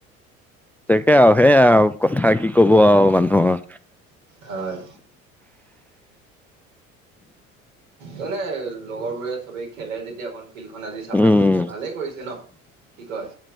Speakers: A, in the centre; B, on the right.
A: তাকে আৰু সেইয়া আৰু কথা কি ক'ব আৰু মানুহৰ।
B: হয়। মানে লগৰ বোৰে চবেই খেলে যেতিয়া অকন ফিল্ডখন আজি চাফা
A: উম,
B: কৰিছে ভালেই কৰিছে ন, কি কয়?